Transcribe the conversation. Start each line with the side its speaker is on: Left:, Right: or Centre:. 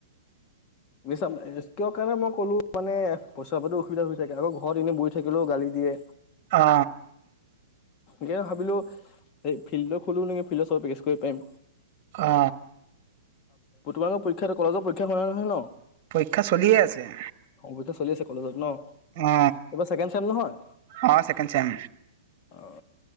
Left: বুজিছা কিয় কাৰণে মই ক'লো মানে পইচা-পাতি অসুবিধা হৈ থাকে, আকৌ ঘৰত এনেই বহি থাকিলেও গালি দিয়ে।
Right: অ
Left: সেই ভাবিলো এই ফিল্ডটো খোলো নেকি, ফিল্ডত চব ইউজ কৰিব পাৰিম।
Right: অ
Left: তোমালোকৰ পৰীক্ষা টো, কলেজৰ পৰীক্ষা হোৱা নাই নহয় ন
Right: পৰীক্ষা চলিয়ে আছে।
Left: অ, পৰীক্ষা চলি আছে কলেজত ন,
Right: অ
Left: এইবাৰ ছেকেণ্ড চেম নহয়?
Right: অ ছেকেণ্ড চেম
Left: অ,